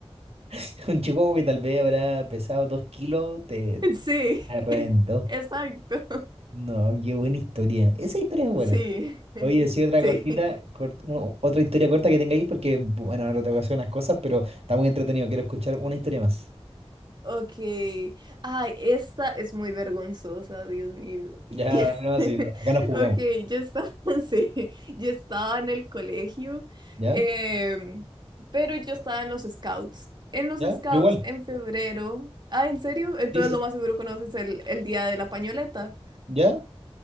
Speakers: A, on the right; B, on the right.
A: <laughs> Un chihuahua que tal vez habrá pesado dos kilos, te
B: <laughs> Sí,
A: te reventó.
B: <laughs> exacto.
A: No, qué buena historia. Esa historia es buena.
B: Sí,
A: Oye, Sí. sí, otra
B: sí.
A: cortita, cort- bueno, otra historia corta que tengáis, porque, bueno, ahora te voy a hacer unas cosas, pero está muy entretenido. Quiero escuchar una historia más.
B: Ok. Ay, esta es muy vergonzosa, Dios mío.
A: Ya,
B: Y...
A: dale más,
B: <laughs>
A: sí, no, acá nos jugamos.
B: Ok, yo estaba, <laughs> sí, yo estaba en el colegio,
A: ¿Ya?
B: em, pero yo estaba en los scouts. En los
A: ¿Ya?
B: scouts,
A: Yo igual.
B: en febrero. Ah, ¿en serio? Entonces
A: Sí, sí.
B: lo más seguro conoces el, el día de la pañoleta,
A: ¿Ya?